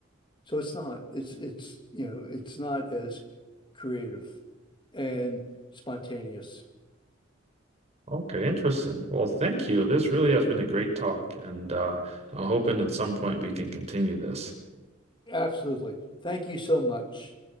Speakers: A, on the left (about 25°); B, on the right (about 35°).
A: so it's not. It's it's you know, it's not as creative and spontaneous.
B: Okay, interesting. Well, thank you. This really has been a great talk, and uh, I'm hoping at some point we can continue this.
A: Absolutely. Thank you so much.